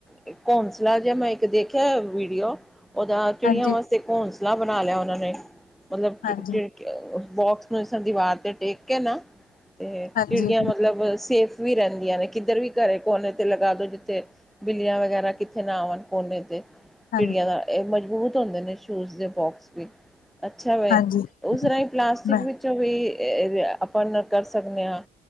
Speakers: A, in the centre; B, on the left.
A: ਇੱਕ ਘੋਂਸਲਾ ਜਿਹਾ ਮੈਂ ਇੱਕ ਦੇਖਿਆ ਵੀਡੀਓ। ਓਦਾ ਚਿੜੀਆਂ
B: ਹਾਂਜੀ
A: ਵਾਸਤੇ ਘੌਸਲਾ ਬਣਾ ਲਿਆ ਉਹਨਾਂ ਨੇ, ਮਤਲਬ
B: ਹਾਂਜੀ
A: ਚਿ- ਚਿ। ਬੋਕਸ ਨੂੰ ਇਸ ਦੀਵਾਰ ਤੇ ਟੇਕ ਕੇ, ਨਾ। ਤੇ
B: ਹਾਂਜੀ
A: ਚਿੜੀਆਂ ਮਤਲਬ ਸੇਫ ਵੀ ਰਹਿੰਦੀਆਂ ਨੇ। ਕਿੱਧਰ ਵੀ ਘਰੇ ਕੋਨੇ ਤੇ ਲਗਾ ਦਿਉ ਜਿੱਥੇ ਬਿੱਲੀਆਂ ਵਗੈਰਾ ਕਿੱਥੇ ਨਾ ਆਣ ਕੋਨੇ ਤੇ।
B: ਹਾਂਜੀ
A: ਚਿੜੀਆਂ ਦਾ, ਇਹ ਮਜ਼ਬੂਤ ਹੁੰਦੇ ਨੇ ਸ਼ੂਜ ਦੇ ਬੋਕਸ ਵੀ। ਅੱਛਾ ਵੇ,
B: ਹਾਂਜੀ
A: ਉਸ ਰਾਹੀਂ ਪਲਾਸਟਿਕ
B: ਮੈਂ
A: ਵਿੱਚੋਂ ਵੀ ਆਪਾਂ ਸਕਦੇ ਹਾਂ